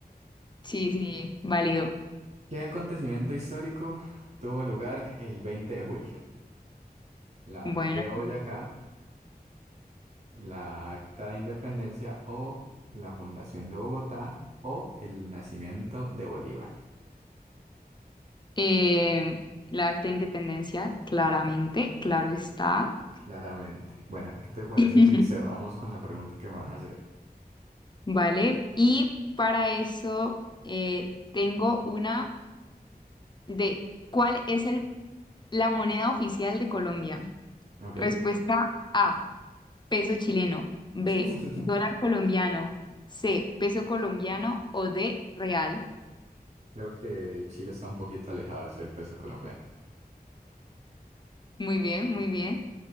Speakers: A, on the left; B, on the right.
A: Sí, sí, válido.
B: ¿Qué acontecimiento histórico tuvo lugar el 20 de julio? ¿La batalla
A: Bueno.
B: de Boyacá, la Acta de Independencia o la fundación de Bogotá o el nacimiento de Bolívar?
A: Eh, la acta de independencia, claramente, claro está.
B: Claramente. Bueno, ¿qué te parece
A: <laughs>
B: si cerramos con la pregunta que me vas a hacer?
A: Vale. Y para eso eh, tengo una de ¿cuál es el, la moneda oficial de Colombia?
B: ¿Ok?
A: Respuesta A. peso chileno, B,
B: <laughs>
A: dólar colombiano, C, peso colombiano o D, real.
B: Creo que Chile está un poquito alejado de ser el peso colombiano.
A: Muy bien, muy bien.